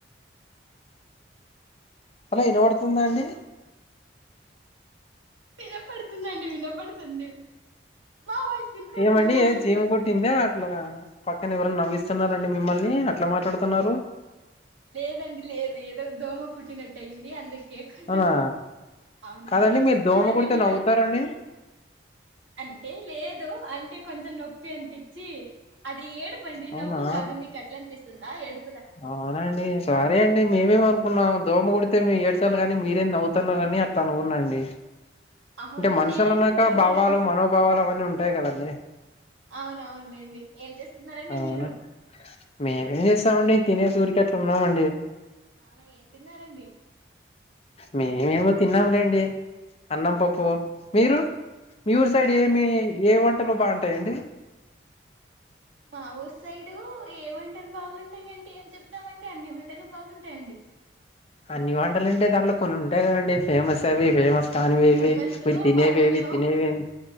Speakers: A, on the left (about 30°); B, on the right (about 85°).
A: హలో ఇనపడుతుందా అండి
B: ఇనపడుతుందండి వినపడుతుంది మా వాయిస్ వినపడుతుందా
A: ఏమండి
B: అండి
A: జీమ
B: మీకు
A: కుట్టింద అట్లా పక్క పక్కన ఎవరన్నా నవ్విస్తున్నారండి మిమ్మల్ని అట్లా మాట్లాడుతున్నారు
B: లేదండి లేదు ఏదో దోమ కుట్టినట్టు అయింది అందుకే కొంచం
A: అవునా
B: అవునండి
A: కాదండి
B: ఏం చేస్తున్నరండి
A: మీరు దోమ కుడితే
B: మీరు
A: నవ్వుతారండి
B: అంటే లేదు అంటే కొంచెం నొప్పి ప్పి అనిపించి అది ఏడుపండి
A: అవునా
B: నవ్వు కాదు మీకు అట్లా అనిపిస్తుందా ఏడు
A: అవునండి సారీ అండి మేమేమనుకున్నాం దోమ కుడితే మ ఏడ్చలు కాని మీరేం నవవుతున్నార అని అట్లా అనుకున్నాండి
B: అవునా
A: అంటే మనుషులున్నాక
B: నేను ఎందుకు నవ్వుతానండి
A: భావాలు మనోభావాలు అవన్నీ ఉంటాయి కదండి
B: అవున అవునులేండి ఏం చేస్తున్నారండి
A: అవునా
B: మీరు
A: మేమేం చేస్తామండి తినేసి ఊరికి అట్లా ఉన్నామండి
B: నానా ఏం తిన్నారండి
A: మేమేమో తిన్నాంలేండి అన్నం పప్పు మీరు మీ
B: అన్నం
A: ఊరు సైడ్
B: పప్పు
A: ఏమి ఏమంట బాగుంటాయండి
B: మా ఊరు సైడు ఏ వంటలు బాగుంటాయింటే ఏం చెప్తామండి అన్ని వంటలు బాగుంటాయండి
A: అన్ని వంటలు అంటే దాంట్లో కొన్ని ఉంటాయి కదండి ఫేమస్ అవి ఫేమస్ తాను వేవి
B: ఫేమస్
A: మీరు తినేవేవి
B: మా ఊర్లో
A: తినేవేవి